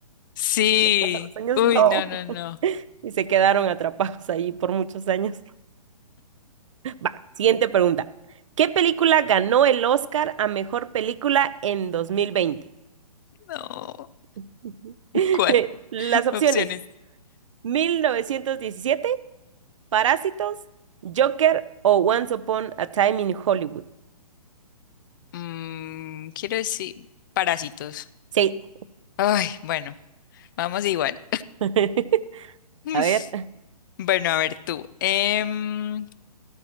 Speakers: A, on the left (about 30°); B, on the right (about 50°).
A: sí.
B: Donde pasan los años,
A: Uy,
B: no.
A: no, no, no.
B: Y se quedaron atrapados ahí por muchos años. Va, siguiente pregunta. ¿Qué película ganó el Oscar a mejor película en 2020?
A: No.
B: <laughs>
A: ¿Cuál? <laughs>
B: Las opciones:
A: Opciones.
B: 1917. Parásitos, Joker o Once Upon a Time in Hollywood.
A: Mm, quiero decir, parásitos.
B: Sí.
A: Ay, bueno, vamos igual.
B: <laughs>
A: <laughs>
B: A ver.
A: Bueno, a ver tú. Em,